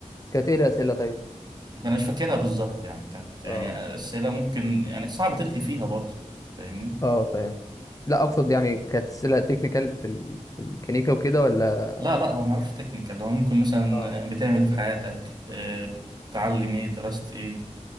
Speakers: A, on the left (about 25°); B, on the right (about 35°).
A: كانت ايه الاسئله طيب
B: <laughs> انا مش فاكرها بالظبط يعني كانت يعني
A: اه
B: اسئله ممكن يعني صعب تلغي فيها برضه فاهمني
A: اه فاهم لا اقصد يعني كانت اسئله تكنيكال في ال... في الكنيكا وكده ولا
B: لا لا هو ما اعرفش تكنيكال هو ممكن مثلا
A: اه
B: بتعمل ايه في حياتك آه، بتتعلم ايه درست ايه